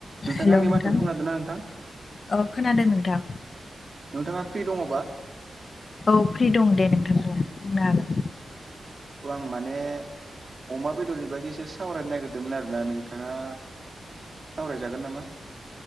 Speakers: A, on the right; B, on the left.
A: नोंथाङा
B: हेलौ
A: आंनि
B: नोंथां
A: माथोखौ खोनादोंना नोंथां
B: अ खोनादों नोंथां।
A: नोंथाङा फ्रि दङबा?
B: औ फ्रि दं दे नोंथां बुं बुंनो हागोन।
A: अ आं माने अमा बेदरनि बागै एसे सावरायनो नागिरदोंमोन आरोना नोंथाङा सावरायजागोन नामा?